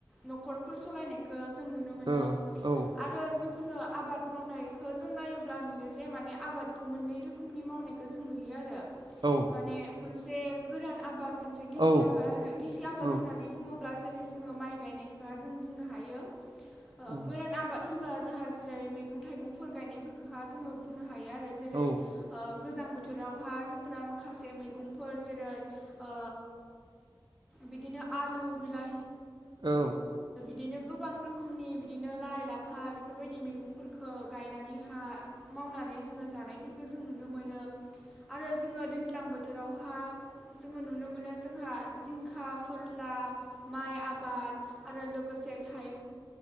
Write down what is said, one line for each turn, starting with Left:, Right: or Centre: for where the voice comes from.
Centre: न'खरफोर सालायनायखौ जों नुनो मोनो
Right: ओ औ
Centre: आरो जों फोरो आबाद मावनायखो जों नायोब्ला नुयो जे माने आबादखो मोननै रोखोमनि मावनायखौ जों नुयो आरो।
Right: औ
Centre: माने मोनसे गोरान आबाद मोनसे गिसि
Right: औ
Centre: आबाद आरो गिसि आबाद
Right: औ
Centre: होननानै बुङोब्ला जे ओमफ्राय जोङो माइ गायनाय दा जों बुंनो हायो ओ
Right: औ
Centre: गोरान आबाद होनबा जोंहा जेरै मैगं थाइगंफोर गायनायफोरखो हा जोङो बुंनो हायो। आरो जेरै
Right: औ
Centre: ओ गोजां बोथोरावहा जोंफोरा माखासे मैगंफोर जेरै ओ बिदिनो आलु बिला
Right: औ
Centre: बिदिनो गोबां रोखोमनि बिदिनो लाइ लाफा बेफोरबायदि मैगंफोरखो गायनानै हा मावनानै जोङो जानायफोरखौ जों नुनो मोनो। आरो जोङो दैज्लां बोथो थोरावहा जोङो नुनो मोनो जोंहा जिंखा फोरला माइ आबाद आरो लोगोसे थाइ